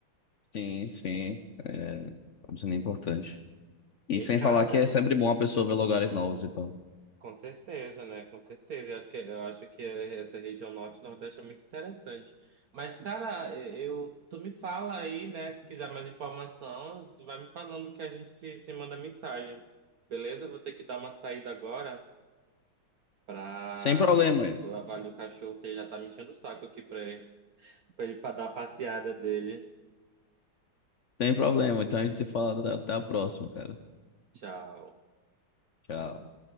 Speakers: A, on the left; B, on the right.
A: Sim, sim. É, isso é importante. E
B: E
A: sem
B: cara,
A: falar que é sempre bom a pessoa ver lugares novos e tal.
B: com certeza, né? Com certeza. Eu acho que, eu acho que essa região norte-nordeste é muito interessante. Mas, cara, eu, tu me fala aí, né? Se quiser mais informação, vai me falando que a gente se, se manda mensagem. Beleza? Eu Vou ter que dar uma saída agora pra
A: Sem problema,
B: lavar ali o cachorro que ele já tá me enchendo o saco aqui pra Pra ele pra dar a passeada dele.
A: sem problema. Então a gente se fala até até a próxima, cara.
B: Tchau.
A: Tchau.